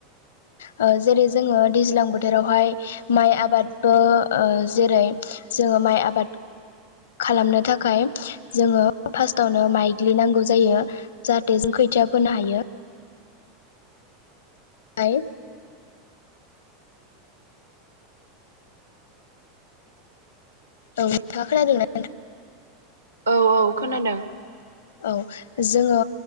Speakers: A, on the left; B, on the right.
A: ओ जेरै जोङो दैज्लां बोथोरावहाय माइ आबादबो ओ जेरै जोङो माइ आबाद खालामनो थाखाय जोङो फार्स्टआवनो माइग्लिनांगौ जायो जाहाथे जों खोथिया फोनो हायो ओमफाय औ नोंथाङा खोनादों ना?
B: औ औ खोनादों।
A: औ जोङो